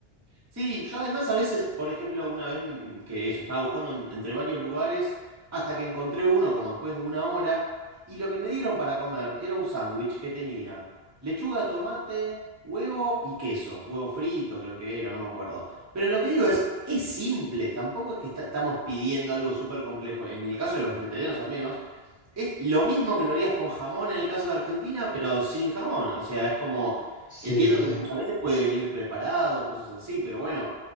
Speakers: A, on the right; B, on the left.
A: Sí, yo además a veces, por ejemplo, una vez mm, que eso, estaba buscando en- entre varios lugares hasta que encontré uno como después de una hora y lo que me dieron para comer era un sándwich que tenía lechuga, tomate, huevo y queso, huevo frito creo que era, no me acuerdo. Pero lo que digo es, es simple, tampoco es que esta- estamos pidiendo algo súper complejo, en el caso de los vegetarianos al menos. Es lo mismo que lo harías con jamón en el caso de Argentina, pero sin jamón. O sea, es como,
B: Sí,
A: entiendo
B: sí,
A: que
B: sí.
A: muchas veces puede venir preparado, cosas así, pero bueno,